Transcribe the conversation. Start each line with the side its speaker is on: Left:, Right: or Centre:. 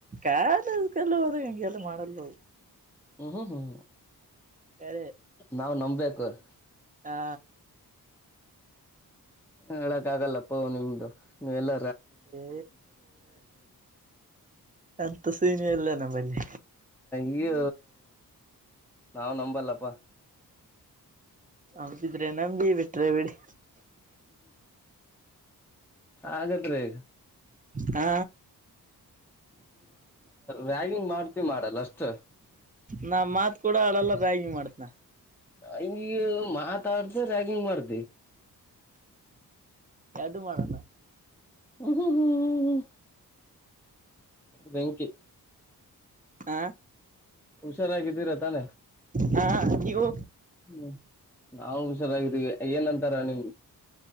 Right: ಕಾಲೇಜ ಕಲ್ಲದಗೆಲ್ಲ ಮಾಡಲ್ಲ
Centre: ಹ್ಮ್ ಹ್ಮ ಹ್ಮ್
Right: ಕರೆ
Centre: ನಾವು್ ನಮ ಬೆಬೇಕೇಕರ್
Right: ಹಾ
Centre: ಹೇಳಕ ಆಗಲ್ಲಪ್ಪ ನಿಮ್ದು ನೀವೆ ಎಲ್ಲ
Right: ಏ ಅಂತ ಸೀಮಿ ಎಲ್ಲ ನಂಬಲ್ಲಿ
Centre: ಈ ನಾಾವ್ ನಂಬಲ್ಲಪ್ಪಾ
Right: ಹದಿದ್ರೆ ನಂಬಿ ಬಿಟ್ರೆ ಬಿಡಿ
Centre: ಆಗತ್ರಿಗ
Right: ಹಾ
Centre: ರ್ಯಾಗಿಿಂಗ್ ಮಾಡ್ ಮಾಡಲ್ಲ ಅಷ್ಟ
Right: ನಾ ಮಾತ್ ಕೂಡ ಅಳಲ್ಲ ಬ್ಯಾಗಿ ಮಾಡ್ತನ
Centre: ಹಂಗ ಮಾತಾಡ್ದು ರ್ಯಾಗಿಂಗ್ ಮಾಡ್ದ
Right: ಎರಡು ಮಾಡಣ
Centre: ಹ ಹ್ಮ್ ಬೆಂಕಿ
Right: ಹ
Centre: ಹುಷಾರಾ ಕಿದ್ದಿತಾನ
Right: ಹಾ ಇವು
Centre: ಹ್ಮ್ ನಾ ಹುಷಾರಾಗಿದ್ದೀವಿ ಏನಂತಾರ ನಿಮ್